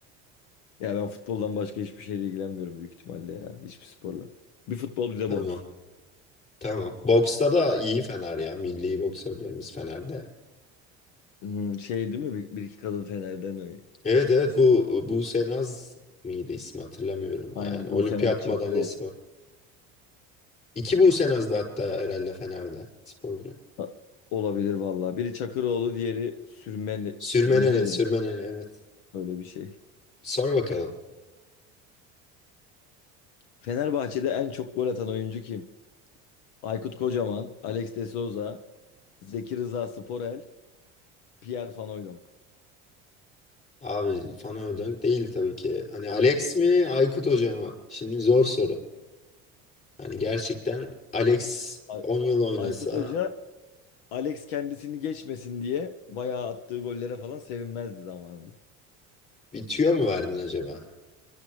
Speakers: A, on the left; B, on the left.
A: Ya ben futboldan başka hiçbir şeyle ilgilenmiyorum büyük ihtimalle ya. Hiçbir sporla. Bir futbol bir de
B: Tamam.
A: boks.
B: Tamam. Boksta da iyi Fener ya. Milli boksörlerimiz Fener'de.
A: Hmm, şey değil mi? Bir, bir iki kadın Fener'den ö-
B: Evet
A: çıkmıştı.
B: evet bu Buse Naz mıydı ismi hatırlamıyorum.
A: Aynen
B: Yani olimpiyat
A: Buse Naz Çakıroğlu.
B: madalyası var. İki Buse Naz'dı hatta herhalde Fener'de sporcu.
A: Ha, Olabilir vallahi. Biri Çakıroğlu, diğeri Sürmen
B: Sürmeneli,
A: Sürmeneli
B: Sürmeneli
A: mi?
B: evet.
A: Öyle bir şey.
B: Sor bakalım.
A: Fenerbahçe'de en çok gol atan oyuncu kim? Aykut Kocaman, Alex de Souza, Zeki Rıza Sporel, Pierre Van Hooijdonk.
B: Abi Fana Ödönk değil tabii ki. Hani Alex mi Aykut Hoca mı? Şimdi zor soru. Hani gerçekten Alex
A: Ay-
B: 10 yıl oynasa
A: Aykut Hoca Alex kendisini geçmesin diye bayağı attığı gollere falan sevinmezdi zamanında.
B: bir tüyo mu verdin acaba?